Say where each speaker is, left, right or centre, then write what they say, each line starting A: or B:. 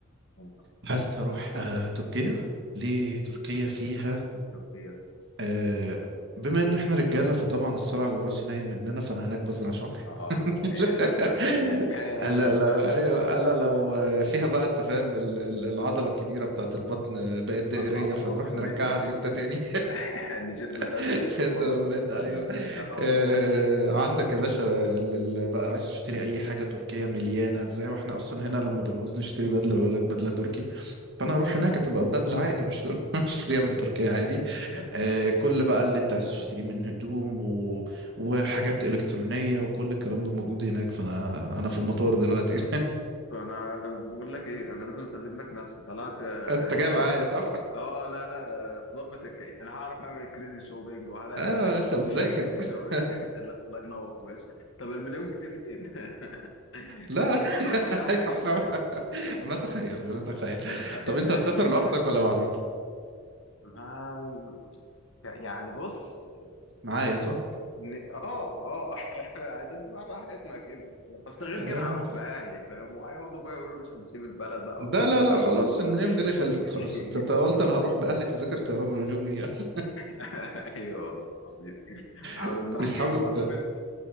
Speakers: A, on the left (about 60°); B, on the right (about 55°).
A: آه،
B: حاسس هروح آه، تركيا ليه تركيا فيها
A: تركيا
B: آه، بما ان احنا رجاله فطبعا الصلع الوراثي نايل مننا فانا هناك بزرع شعر
A: اه حلو
B: <laughs>
A: ده <laughs> حلو
B: انا
A: ده
B: لو ايوه انا لو آه، فيها بقى انت فاهم ال- ال- العضله الكبيره بتاعت البطن آه، بقت دائريه
A: اه
B: فنروح
A: ن-
B: نرجعها
A: نشد
B: سته تاني
A: <laughs> نشد
B: <laughs>
A: شد كده
B: شد
A: برضه
B: ومد ايوه
A: اه
B: آه
A: <laughs>
B: عندك يا باشا اللي بقى عايز تشتري اي حاجه تركيه مليانه زي ما احنا اصلا هنا لما بنعوز نشتري بدله بيقول لك بدله تركي فانا
A: مم.
B: اروح هناك تبقى بدله عادي مش تركي <laughs> اشتريها
A: مم.
B: من
A: مم.
B: تركيا عادي
A: لا لا
B: آه كل بقى اللي انت عايز
A: آه.
B: تشتريه من هدوم و... وحاجات الكترونيه وكل الكلام ده
A: مم.
B: موجود هناك فانا انا في المطار دلوقتي
A: فانا بقول لك ايه انا لازم اسلم لك نفسي طلعت
B: <laughs>
A: آه،
B: انت جاي
A: <laughs> فاهم
B: معايا صح؟
A: اه لا لا آه، ظابط الك... انا هعرف اعمل كريزي شوبينج وهلاقي
B: اه
A: المكان
B: يا
A: اللي
B: باشا
A: اعمل
B: بذاكر
A: فيه كريزي شوبينج
B: <laughs>
A: <laughs> لا الله ينور بس طب المليون جنيه فين؟ <laughs>
B: لا
A: انت ذاكرت
B: <laughs>
A: كل حاجه
B: ايوه احنا بنتخيل بنتخيل
A: <laughs> تتخيل
B: طب انت
A: يعني
B: هتسافر لوحدك
A: ماشي
B: ولا مع مين؟
A: ما يعني بص
B: معايا صح؟
A: ن- اه اه <laughs> عشان نبقى راحتنا كده اصل غير
B: آه.
A: كده هروح باهلي فاهم وهيقعدوا بقى يقولوا مش هنسيب البلد اقول
B: ده
A: لهم خليكم
B: لا لا خلاص المليون جنيه
A: خليكم
B: خلصت خلاص انت أنت قلت انا هروح باهلي تذاكر طيران بمليون جنيه اصلا
A: <laughs> ايوه والله العظيم. عامل
B: <laughs>
A: محجز
B: مش حابب
A: وعامل